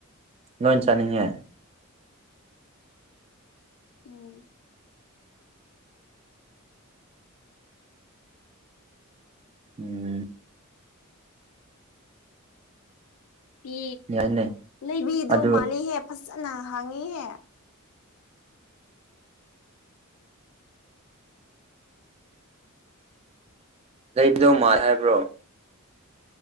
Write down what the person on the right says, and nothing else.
ꯂꯣꯏꯅꯥ ꯆꯥꯅꯤꯡꯉꯦ
ꯎꯝ
ꯌꯥꯏꯅꯦ
ꯑꯗꯨ
ꯂꯩꯕꯤꯗꯧ ꯃꯥꯜ ꯍꯥꯏꯕ꯭ꯔꯣ